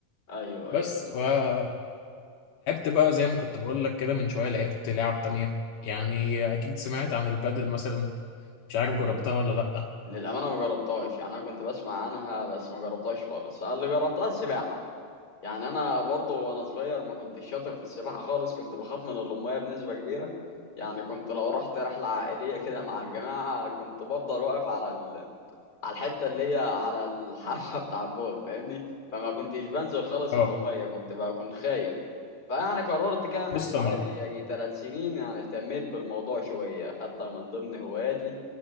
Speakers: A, on the left; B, on the left.
A: أيوه
B: بس
A: أيوه
B: ولعبت بقى زي ما كنت بقول لك كده من شويه لعبت لعب تانية يعني اكيد سمعت عن البادل مثلا مش عارف جربتها
A: ال-
B: ولا لا
A: للأمانة ما جربتهاش يعني أنا كنت بسمع عنها بس ما جربتهاش خالص أنا اللي جربتها السباحة يعني انا برضه وانا صغير ما كنتش شاطر في السباحه خالص كنت بخاف من الميه بنسبه كبيره يعني كنت لو رحت رحله عائليه كده مع الجماعه كنت بفضل واقف على ال... على الحته اللي هي على الحافه <laughs> بتاع البول فاهمني فما كنتش بنزل خالص
B: اه
A: الميه كنت بكون خايف فيعني قررت كده من
B: بص
A: حوالي
B: انا
A: يجي ثلاث سنين يعني اهتميت بالموضوع شويه خدتها من ضمن هواياتي